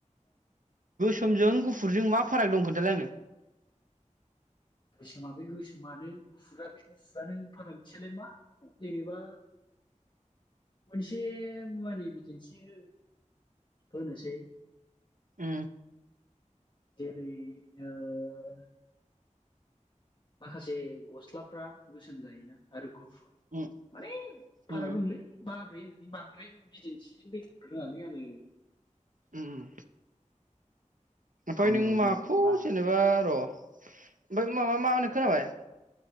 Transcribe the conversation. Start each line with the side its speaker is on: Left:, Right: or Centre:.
Right: सोमजों गुफुरजों मा फाराग दं खोन्थालाय आंनो?
Left: गोसोमा बे गोसोमानो गुफुरा बे गुफुरानो फारागथियालाय मा जेनेबा मोनसे मुवानि बिदिन्थि हो होनोसै।
Right: उ
Left: जेरै ओ माखासे गस्लाफ्रा गोस सोम जायोना आरो गुफुर
Right: उम
Left: माने फाराग
Right: उम
Left: दंलै माब्रै हो बांद्राय बिदिन्थिजों बेखेवनो रोङालै आङो।
Right: उ उम ओमफाय
Left: गावनि
Right: नों
Left: रावजों
Right: माखौ
Left: मालाय बारा
Right: जेनेबा र' ओमफाय माबा मा होनो खोनाबाय?